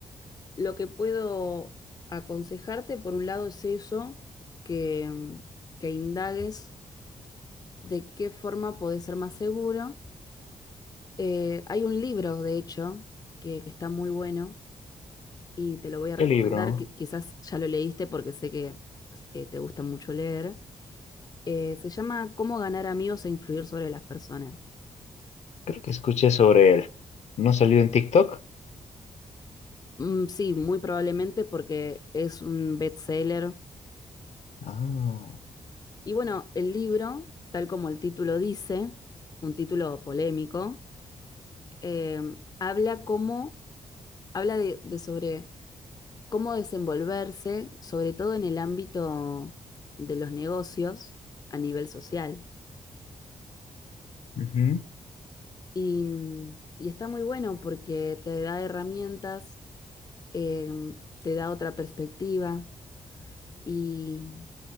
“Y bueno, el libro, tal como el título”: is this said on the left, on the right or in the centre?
Left